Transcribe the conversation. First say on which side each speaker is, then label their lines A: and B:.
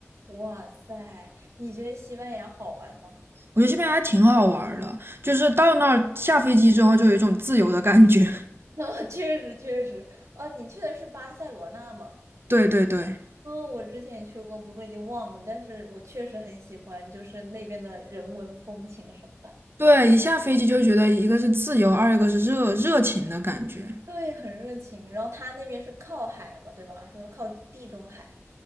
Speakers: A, on the right; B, on the right.
A: 哇塞，你觉得西班牙好玩吗？
B: 我觉得这边还挺好玩儿的，就是到那儿下飞机之后就有一种自由的感觉。
A: <laughs> 啊，确实确实，呃，你去的是巴塞罗那吗？
B: <laughs> 对对对
A: 嗯，我之前也去过，不过已经忘了，但是我确实很喜欢，就是那边的人文风情什么的。
B: 对，一下飞机就觉得一个是自由，二一个是热热情的感觉。
A: 对，很热情。然后他那边是靠海嘛，对吧？是不是靠地中海？